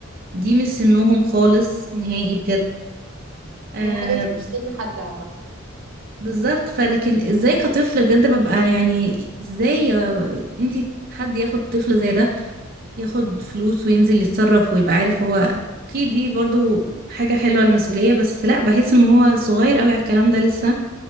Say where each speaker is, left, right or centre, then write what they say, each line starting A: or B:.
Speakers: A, on the right; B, on the right.
A: دي مش سنهم خالص نهائي بجد آه
B: هي الحاجات دي مش سد حد عامة
A: بالظبط فلكن ازاي كطفل بجد ببقى يعني ازاي يا- انتي حد ياخد طفل زي ده ياخد فلوس وينزل يتصرف ويبقى عارف هو اوكي دي برضو حاجة حلوة المسؤولية بس لا بحس ان هو صغير قوي على الكلام ده لسه